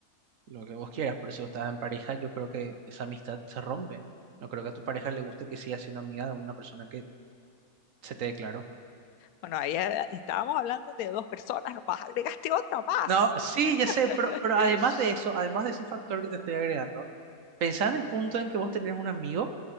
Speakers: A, on the right; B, on the left.
A: lo que vos quieras, pero si vos estás en pareja, yo creo que esa amistad se rompe. No creo que a tu pareja le guste que sigas siendo amiga de una persona que se te declaró.
B: Bueno, ahí eh, estábamos hablando de dos personas, nomás agregaste otra más.
A: No, sí, ya
B: <laughs>
A: sé, pero, pero además de eso, además de ese factor que te estoy agregando, pensá en el punto en que vos tenés un amigo